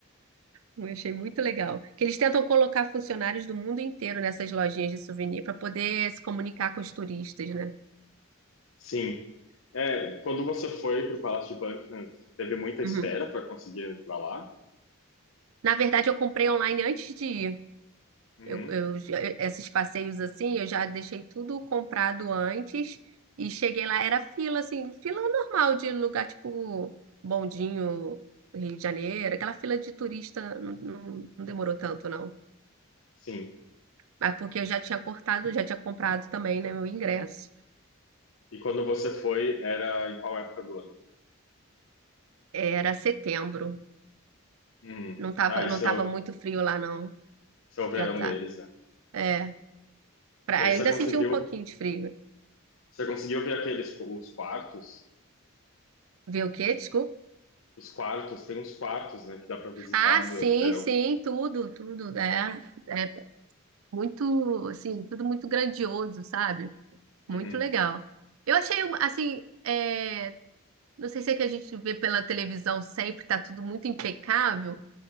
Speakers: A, on the right; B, on the left.
A: Eu achei muito legal. Que eles tentam colocar funcionários do mundo inteiro nessas lojinhas de souvenir para poder se comunicar com os turistas, né?
B: sim. É, quando você foi para o Palácio de Buckingham, teve muita espera
A: Uhum.
B: para conseguir ir para lá?
A: Na verdade, eu comprei online antes de ir.
B: Uhum,
A: Eu, eu já- esses passeios assim, eu já deixei tudo comprado antes e cheguei lá, era fila, assim, fila normal de lugar tipo Bondinho, Rio de Janeiro, aquela fila de turista não, não- não demorou tanto, não.
B: sim.
A: Mas porque eu já tinha cortado, já tinha comprado também, né, meu ingresso.
B: E quando você foi, era em qual época do ano?
A: Era setembro,
B: Uhum.
A: não tava,
B: Ah, isso
A: não tava
B: é, o,
A: muito frio lá, não.
B: isso é o verão
A: Já tava.
B: deles, né?
A: É, pra-
B: E aí
A: ainda
B: você conseguiu,
A: senti um pouquinho de frio.
B: você conseguiu ver aqueles os quartos?
A: Ver o quê? Desculpa.
B: Os quartos, tem uns quartos, né, que dá para visitar
A: Ah, sim,
B: no verão.
A: sim, tudo, tudo, né? é. muito, assim, tudo muito grandioso, sabe? Muito
B: Uhum.
A: legal. Eu achei, um- assim, é, não sei se é que a gente vê pela televisão sempre, tá tudo muito impecável,